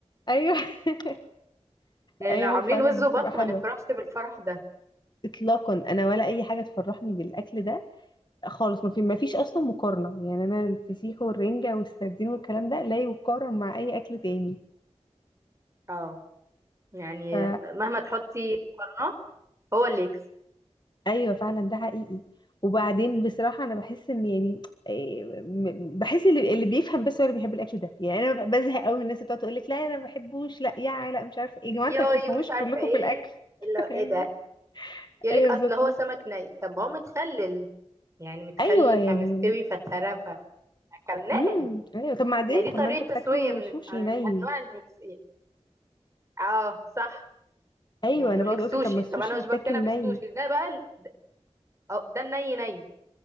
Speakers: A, on the left; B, on the right.
A: ايوه <laughs>
B: يعني
A: ايوه
B: لو عاملين
A: فعلا
B: وز وبط
A: بتبقى حلوه
B: ما نفرحش بالفرح ده
A: اطلاقا انا ولا اي حاجه تفرحني بالاكل ده خالص ما في ما فيش اصلا مقارنه يعني انا الفسيخ والرنجه والسردين والكلام ده لا يقارن مع اي اكل تاني
B: اه يعني
A: ف
B: مهما تحطي مقارنات هو اللي يكسب
A: ايوه فعلا ده حقيقي وبعدين بصراحه انا بحس ان يعني إيه، م- بحس اللي اللي بيفهم بس هو اللي بيحب الاكل ده يعني انا ببقى بزهق قوي من الناس اللي بتقعد تقول لك لا انا ما بحبوش لا يا لا مش عارفه إيه.
B: ياي
A: يا جماعه انتوا ما بتفهموش
B: ومش عارفه
A: كلكم
B: ايه
A: في الاكل
B: اللي
A: <laughs> ايوه
B: ايه ده يقول
A: ايوه
B: لك
A: بالظبط
B: اصل هو سمك ني طب ما هو متخلل يعني متخلل
A: ايوه يعني
B: فمستوي فتهرى فاكلناه
A: امم ايوه طب بعدين
B: يعني دي
A: طب
B: طريقه
A: ما انتوا بتاكلوا
B: تسويه من
A: سوشي
B: من
A: ني
B: انواع المكس... اه صح
A: ايوه
B: يعني
A: انا
B: يقول
A: بقعد
B: لك
A: اقول
B: سوشي
A: كده، طب ما السوشي
B: طب انا
A: بيتاكل
B: مش بقتنع بالسوشي
A: ني
B: ده بقى ال- أه، ده الني ني